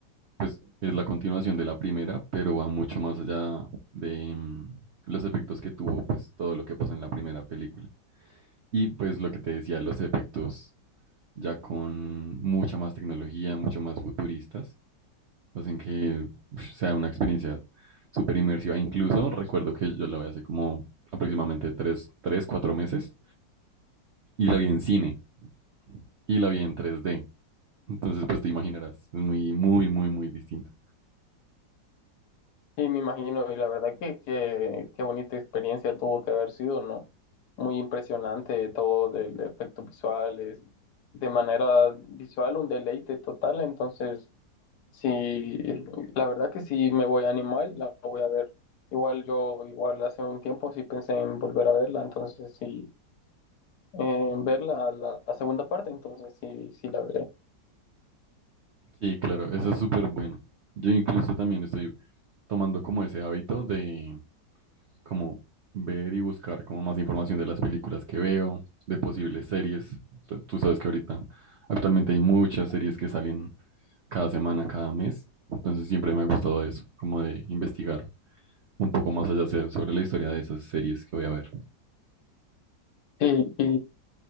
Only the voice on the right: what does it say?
pues, es la continuación de la primera, pero va mucho más allá de mm, los efectos que tuvo, pues, todo lo que pasó en la primera película. Y pues lo que te decía, los efectos ya con mucha más tecnología, mucho más futuristas, hacen que uf, sea una experiencia súper inmersiva. Incluso recuerdo que yo la vi hace como aproximadamente tres, tres, cuatro meses y la vi en cine. y la vi en tres d Entonces, pues te imaginarás, es muy, muy, muy, muy distinta.
Sí, claro, esa es súper buena. Yo incluso también estoy tomando como ese hábito de como ver y buscar como más información de las películas que veo, de posibles series. Tú tú sabes que ahorita actualmente hay muchas series que salen cada semana, cada mes. Entonces siempre me ha gustado eso, como de investigar un poco más allá se- sobre la historia de esas series que voy a ver.